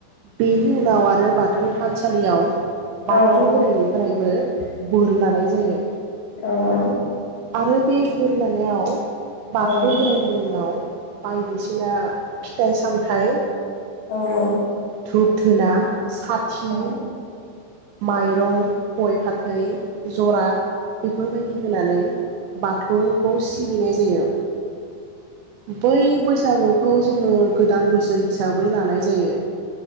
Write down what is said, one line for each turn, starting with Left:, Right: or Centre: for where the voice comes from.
Right: बे नि उनाव आरो बाथौ थानसालियाव
Left: औ
Right: बाथौ बोराइनिफ्रायबो बोर लानाय जायो
Left: औ औ
Right: आरो बे बुर लानायाव बाथौ
Left: औ
Right: बोराइनि मुङाव बायदिसिना फिथाइ सामथाइ
Left: औ
Right: धुप-धुना साथि
Left: औ
Right: माइरं, गय फाथै जरा बे फोर बायदि होनानै बाथौखौ सिबिनाय <unintelligible> बै बैसागुखौ जोङो गोदान बोसोर हि साबै लानाय जायो